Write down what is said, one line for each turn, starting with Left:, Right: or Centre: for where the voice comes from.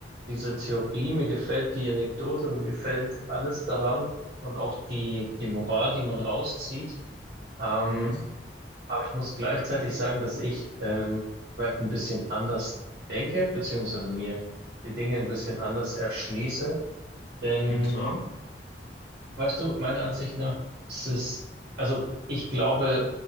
Right: diese Theorie, mir gefällt die Anekdote, mir gefällt alles daran und auch die, die Moral, die man rauszieht. Ähm,
Left: Mhm.
Right: Aber ich muss gleichzeitig sagen, dass ich ähm, vielleicht ein bisschen anders denke, beziehungsweise mir die Dinge ein bisschen anders erschließe. Denn,
Left: Und zwar,
Right: weißt du, meiner Ansicht nach ist es, also ich glaube,